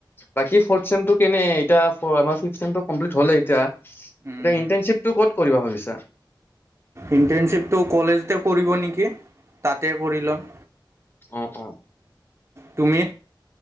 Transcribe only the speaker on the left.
বাকী ফৰ্থ চেমটো কেনে, এতিয়া আমাৰ ফিফ চেমটো কমপ্লিট হ'লে এতিয়া
এতিয়া ইটাৰ্নশিপটো ক'ত কৰিবা, ভাবিছা?
অ অ।